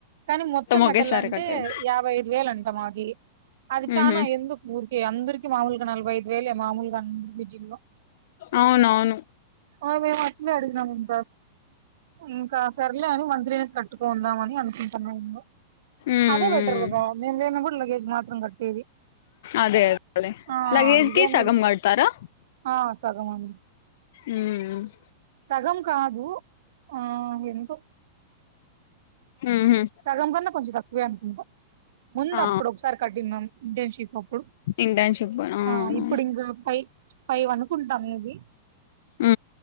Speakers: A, on the right; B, on the left.
A: కానీ మొత్తం కట్టాల
B: ఒకేసారి
A: అంటే
B: కట్టేది.
A: యాభై ఐదు వేలు అంట మాకి అది
B: హుహు.
A: చాన ఎందుకు ఊరికే అందరికిీ మామూలుగా నలభై ఐదు వేలే మామూలుగా అందరికి పిజి లో
B: అవునవును
A: ఆ మేము అట్నే అడిగినం అబ్బ ఇంక సర్లే అని మంత్ లీనె కట్టుకుందామ అని అనుకుంటున్నా ఇంగ
B: హ్మ్.
A: అదే బెటర్
B: హ్మ్.
A: కదా మేము లేనా కూడా లగేజ్ మాత్రం కట్టేది
B: అదే అదే
A: ఆ
B: లగేజ్
A: ఇదే
B: కి సగం
A: మేలు
B: కడతారా
A: ఆ సగం అండి
B: ఉమ్
A: సగం కాదు ఆ ఎంతో
B: ఊహు
A: సగం కన్నా కొంచం తక్కువే అనుకుంట ముందు
B: ఆ!
A: అప్పుడు ఒకసారి కట్టిన్నాం ఇంటర్న్షిప్ ఇప్పు
B: ఇంటర్న్‌షిప్ అవునవును.
A: ఆ ఇప్పుడు ఇంకా ఫైవ్ ఫైవ్ అనుకుంటాం మేబి
B: ఉ